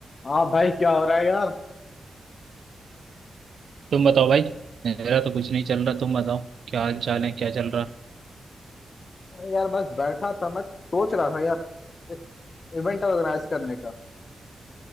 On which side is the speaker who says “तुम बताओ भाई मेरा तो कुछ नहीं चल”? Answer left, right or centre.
Right